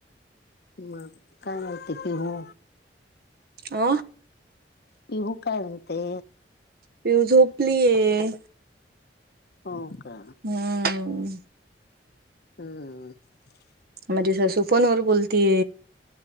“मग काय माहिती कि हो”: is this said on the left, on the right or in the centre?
Left